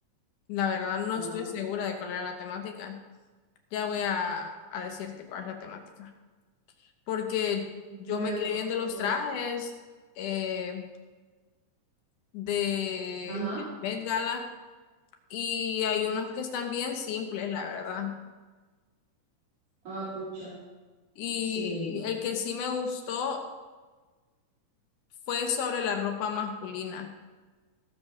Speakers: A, on the left; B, on the right.
A: La verdad no
B: Ah,
A: estoy segura de cuál era la temática. Ya voy a, a decirte cuál es la temática. Porque
B: no,
A: yo me
B: yo
A: quedé
B: tampoco.
A: viendo los trajes eh, de,
B: Ajá.
A: de Met Gala y hay unos que están bien simples, la verdad.
B: Ah, pucha.
A: Y
B: Sí.
A: el que sí me gustó fue sobre la ropa masculina.